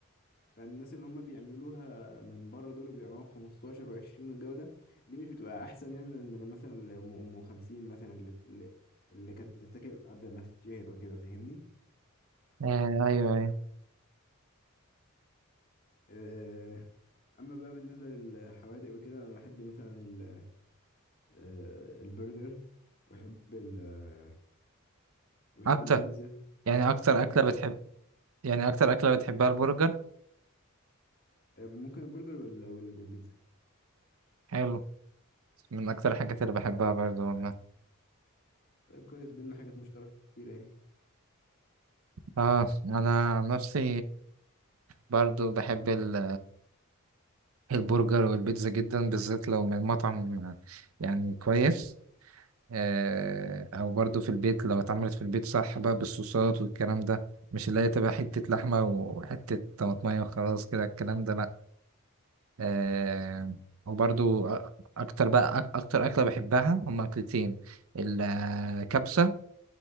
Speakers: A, on the left; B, on the right.
A: فالناس اللي هم بيعملوها من بره دول بيعملوها ب 15 و20 والجو ده دي مش بتبقى احسن يعني من من مثلا اللي ام أم 50 مثلا اللي اللي اللي كانت بتتاكل قبل ما تتشهر وكده فاهمني
B: آه، ايوه ايوه
A: آه، اما بقى بالنسبه للحوادق وكده انا بحب مثلا ال- آه، البرجر وبحب ال آه، وبحب
B: اكتر
A: البيتزا
B: يعني اكتر
A: بحب
B: اكله
A: الكريب
B: بتحب يعني اكتر اكله بتحبها البرجر
A: آه، ممكن البرجر وال- وال- والبيتزا
B: حلو من اكتر الحاجات اللي بحبها برضو والله
A: طيب كويس بينا حاجات مشتركه كتير اهي
B: اه انا عن نفسي برضو بحب ال- البرجر والبيتزا جدا بالذات لو من مطعم يعني كويس آه او برضو في البيت لو اتعملت في البيت صح بقى بالصوصات والكلام ده مش اللي هي تبقى حتة لحمة وحتة طماطمية وخلاص كده الكلام ده لأ آه وبرضو أ- أكتر بقى أك- أكتر أكلة بحبها هما أكلتين الكبسة